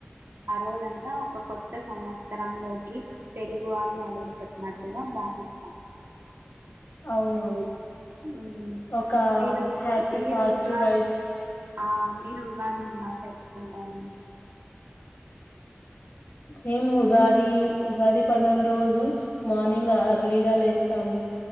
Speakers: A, on the right; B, on the left.
A: ఆ రోజంతా ఒక కొత్త సంవత్సర లోకి తెలుగు వాళ్ళు అడుగుపెట్టినట్టుగా బా బావిస్తాం
B: అవునవును
A: ఊ
B: ఒక
A: మీరు
B: హ్యాపీ
A: మీరు
B: పాజిటివ్
A: ఉగాది
B: వైబ్స్
A: ఆ మీరు ఉగాదిని ఎలా జరుపుకుంటారు
B: మేం ఉగాది ఉగాది పండుగ రోజు మా మార్నింగ్ ఎర్లీగా లేస్తాము